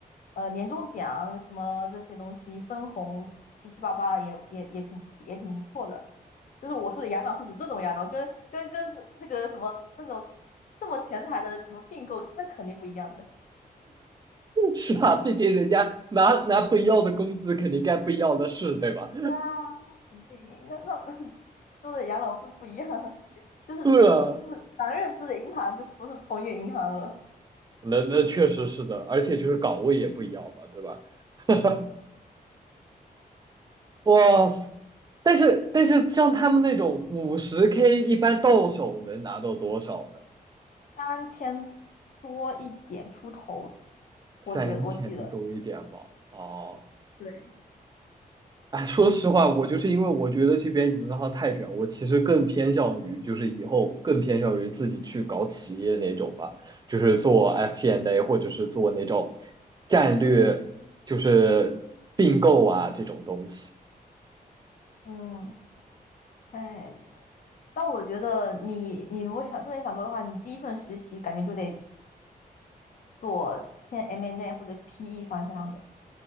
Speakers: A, on the left (about 60°); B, on the right (about 25°).
A: 呃年终奖什么这些东西分红七七八八也也也挺也挺不错的。就是我说的养老是指这种养老，跟跟跟这这个什么那种这么前台的什么并购，那肯定不一样的。
B: 是啊，毕竟人家拿拿不一样的工资，肯定干不一样的事，对吧？
A: 对啊，对那那那 <laughs> 说的养老不不一样，<laughs> 就是就是咱认知的银行就是不是同一个银行了。
B: 对啊，那那确实是的，而且就是岗位也不一样嘛，对吧？<laughs> 哇塞！
A: 唉，
B: 但是但是像他们那种五十 K，一般到手能拿到多少呢？
A: 三千多一点出头，
B: 三千多一点吧。
A: 我觉得我记得，
B: 哦，
A: 对，
B: 哎，说实话，我就是因为我觉得这边银行太卷，我其实更偏向于就是以后更偏向于自己去搞企业那种吧，就是做 FP&A N 或者是做那种战略，就是并购啊这种东西。
A: 嗯，哎，但我觉得你你如果想真的想做的话，你第一份实习感觉就得做签 M&A n 或者 PE 方向的。